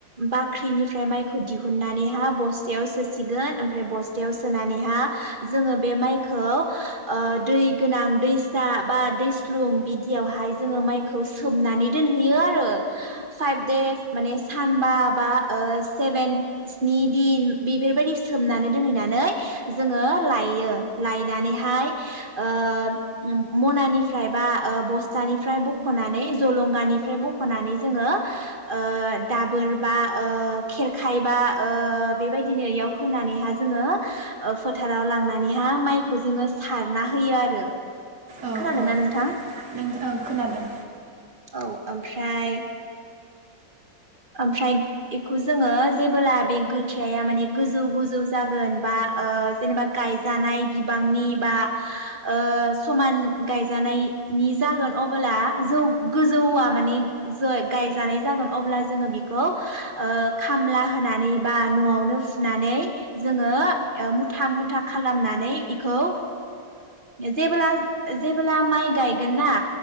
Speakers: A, on the right (about 30°); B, on the right (about 60°).
A: बाख्रिनिफ्राय माइखौ दिहुननानैहा बस्थायाव सोसिगोन ओमफ्राय बस्थायाव सोनानैहा जोङो बे माइखौ ओ दै गोनां दैसा बा दैस्लुं बिदियावहाय जोङो माइखौ सोमनानै। दोनहैयो आरो। फाइब देस माने सान बा बा ओ सेबेन सिन्न दिन बेफोरबादि सोमनानै दोनहैनानै जोङो लाययो लायनानैहाय ओ म मनानिफ्राय बा ओ बस्था निफ्राय बखनानै जलं गानिफ्राय बख'नानै जोङो ओ दाबोर बा ओ खेरखायबा ओ बेबायदिनो इयाव होनानैहा जोङो फोथाराव लांनानैहा माइखौ जोङो सारना होयो आरो।
B: औ औ
A: खोनादोंना नोंथां?
B: खोनादोंना नोंथां नों औ खोनादों।
A: औ ओमफ्राय ओमफ्राय बेखौ जोङो जेबोला बे गोथियाया माने गोजौ गोजौ जागोन बा जेनेबा गायजानाय बिबांनि बा ओ समान गायजानायनि जागोन अब्ला जौ गोजौआ माने जो गायजानाय जागोन अब्ला जोङो बेखौ खामला होनानै बा न'आवनो फुनानै जोङो ओ मुथा मुथा खालामनानै इखौ जेब्ला जेब्ला माइ गायगोन ना।